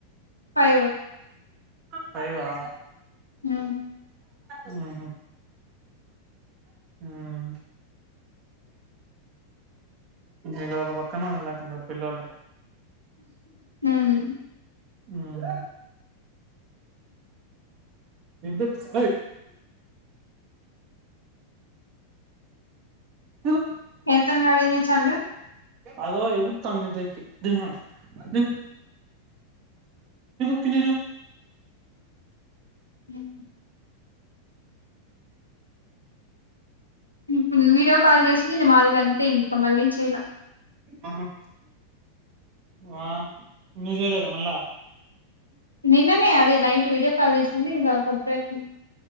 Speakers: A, on the left (about 90°); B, on the right (about 40°).
A: ఫై
B: సయి వా
A: హ
B: మ్మ్ హ్మ్ మ్మ్ నీ లో పక్కన ఆన లాగా అన్న పిల్లలు
A: మ్మ్
B: మ్మ్ విద్ స నో
A: కేతన్ గాడు ఏం చేస్తాండు
B: అదో ఎగుర్తన్ మిద్దెక్కి దిగు నా నా దిగు కిందికి దిగు
A: మ్మ్ ఇప్పుడూ వీడియో కాల్ చేసి మీ ని మారి ంతే ఇంకా మళ్ళీ చేయాల
B: ఆహా వా న్ూజలోదా మళ్ళా
A: నిన్ననే అదే నైట్ వీడియో కాల్ చేసింది ఇంకా ఒక చేసింద్